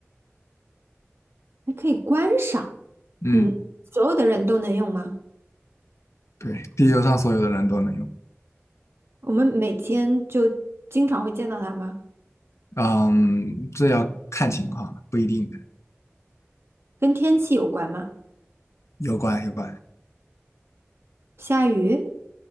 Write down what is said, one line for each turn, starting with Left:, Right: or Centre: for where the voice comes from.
Right: 还可以观赏。
Left: 嗯，
Right: 嗯，所有的人都能用吗？
Left: 对，地球上所有的人都能用。
Right: 我们每天就经常会见到它吗？
Left: 嗯，这要看情况了，不一定的，
Right: 跟天气有关吗？
Left: 有关有关。
Right: 下雨，